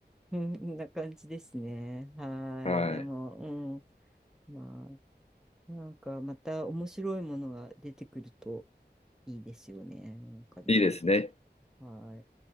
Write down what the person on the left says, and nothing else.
な。はい。
いいですね。